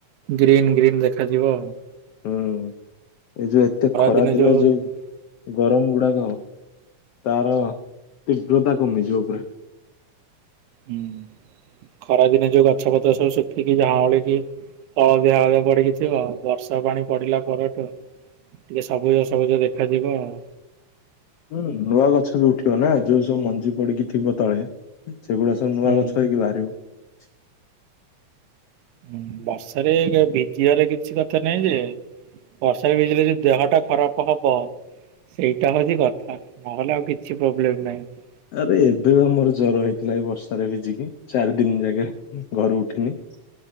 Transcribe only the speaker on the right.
ଗ୍ରୀନ୍ ଗ୍ରୀନ୍ ଦେଖାଯିବ ।
ଦିନେ
ହୁଁ
ହୁଁ ଖରା ଦିନେ ଯୋଉ ଗଛ ପଛସବୁ ଶୁଖିକି କି ଝାଂଲି କି ହଳଦିଆ ହଳଦିଆ ପଡିକି ଥିବ ଆଉ ବର୍ଷା ପାଣି ପଡିଲା ପରେଠୁ ଟିକେ ସବୁଜ ସବୁଜ ଦେଖାଯିବ ଆଉ
ହୁଁ।
ହୁଁ ବର୍ଷାରେ ଭିଜିବାର କିଛି କଥା ନାହିଁ ଯେ ବର୍ଷା ଭିଜିଲେ ଯି ଦେହ ଟା ଖରାପ ହବ ସେଇଟା ହଉଛି କଥା, ନହେଲେ ଆଉ କିଛି ପ୍ରୋବ୍ଲେମ ନାହିଁ